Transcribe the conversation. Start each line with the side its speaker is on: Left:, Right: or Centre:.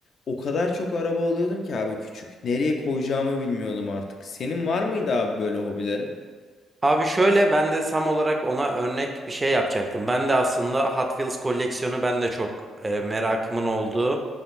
Left: O kadar çok araba alıyordum ki abi küçük. Nereye koyacağımı bilmiyordum artık. Senin var mıydı abi böyle hobilerin?
Right: Abi şöyle ben de Sam olarak ona örnek bir şey yapacaktım. Ben de aslında Hot Wheels koleksiyonu ben de çok e, merakımın olduğu